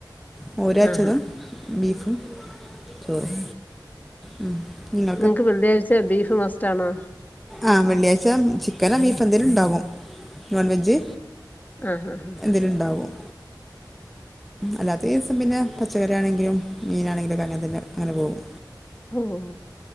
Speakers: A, in the centre; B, on the left.
A: മോര് കാച്ചതും
B: ആഹാ
A: ബീഫും ചോറും. ഉം നിങ്ങ
B: നിങ്ങക്ക് വെള്ളിയാഴ്ച ബീഫ് മസ്റ്റാണോ?
A: ആഹ് വെള്ളിയാഴ്ച ചിക്കനോ ബീഫ് എന്തേങ്കിലും ഉണ്ടാകും നോൺവെജ്
B: ആഹ് ആഹ് ആഹ്
A: അയില്ണ്ടാവും അല്ലാത്ത ദിവസം പിന്നെ പച്ചക്കറി ആണെങ്കിലും മീനാണെങ്കിലുംഒക്കെ അങ്ങനെ തന്നെ അങ്ങനെ പോകും
B: ഉം